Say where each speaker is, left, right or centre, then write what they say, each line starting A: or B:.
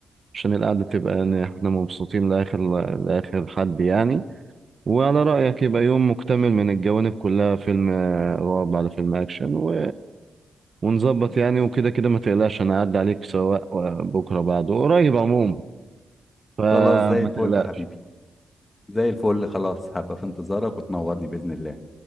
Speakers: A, on the right; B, on the left.
A: عشان القعدة تبقى إن احنا مبسوطين لآخر لآخر حد يعني وعلى رأيك يبقى يوم مكتمل من الجوانب كلها فيلم آه، رعب على فيلم أكشن و... ونظبط يعني وكده كده ما تقلقش أنا أعدي عليك سواء آه، بكرة بعده قريب عموما فما
B: خلاص زي الفل
A: تقلقش
B: يا حبيبي زي الفل خلاص هبقى في انتظارك وتنورني بإذن الله